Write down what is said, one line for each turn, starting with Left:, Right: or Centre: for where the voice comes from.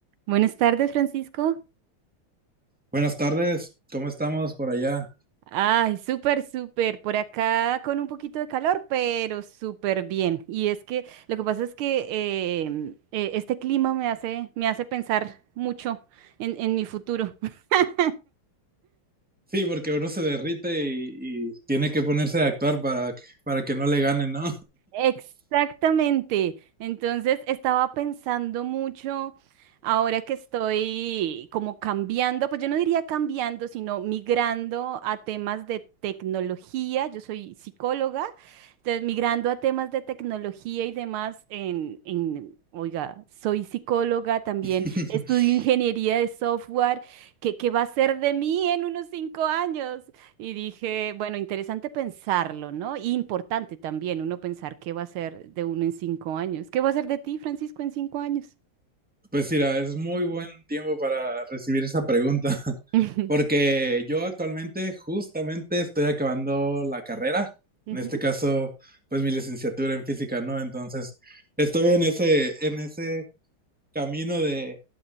Right: Buenas tardes, Francisco.
Centre: Buenas tardes, ¿cómo estamos por allá?
Right: Ay, súper, súper. Por acá con un poquito de calor, pero súper bien. Y es que lo que pasa es que em, eh, este clima me hace, me hace pensar mucho en, en mi futuro. <laughs>
Centre: Sí, porque uno se derrite y, y tiene que ponerse a actuar para, que- para que no le ganen, ¿no?
Right: Exactamente. Entonces estaba pensando mucho ahora que estoy como cambiando, pues yo no diría cambiando, sino migrando a temas de tecnología. Yo soy psicóloga, entonces migrando a temas de tecnología y demás en, en, oiga, soy psicóloga también,
Centre: <laughs>
Right: estudio ingeniería de software. ¿Qué, qué va a ser de mí en unos cinco años? Y dije, bueno, interesante pensarlo, ¿no? Y importante también uno pensar qué va a ser de uno en cinco años. ¿Qué va a ser de ti, Francisco, en cinco años?
Centre: Pues mira, es muy buen tiempo para recibir esa pregunta, <laughs>
Right: <laughs>
Centre: porque yo actualmente justamente estoy acabando la carrera,
Right: Ujú,
Centre: en este caso, pues mi licenciatura en física, ¿no? Entonces, estoy en ese, en ese camino de,